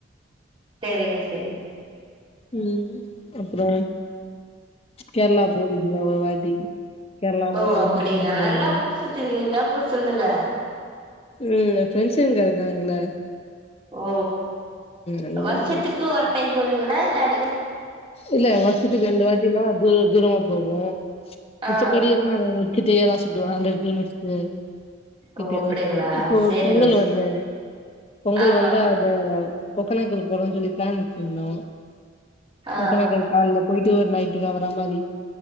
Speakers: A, on the right; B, on the left.
A: செரிங்க செரி
B: ம் அப்புறோ கேரளா போனு இன்னொரு வாட்டி கேரளா
A: ஓ
B: மூணாறு
A: அப்டிங்க
B: கொச்சின் போனோ
A: நல்லா ஊர் சுத்த இருக்கிறீங்க அப்ப சொல்லுங்க
B: ம் ஃபிரண்ட்ஸ்ங்க இங்க இருக்காங்களா
A: ஓ
B: அந்த
A: வருஷத்துக்கு
B: மாரிதா
A: ஒரு டைம் போவீங்களா இல்ல அடிக்கடி
B: இல்ல வருஷத்துக்கு ரெண்டு வாட்டிலா தூ தூரமா போவோ மிச்சப்படி
A: ஆ
B: எல்லா கிட்ட தா சுத்துவோம் ஹண்டர் கிலோமீட்டர்க்கு கிட்டயேதான்
A: ஓ அப்படிங்களா
B: சுத்துவோம் இப்போ ஒரு
A: சரிங்க
B: பொங்கல் வருது பொங்கல்
A: ஆமா
B: வந்தா ஜெனல்லவ் ஒக்கனாக்கல் போறோன்னு சொல்லி பிளான் வச்சிருந்தோம்
A: ஆ
B: ஒக்கனாக்கல் கால போயிட்டு ஒரு நைட்டுக்கா வர மாரி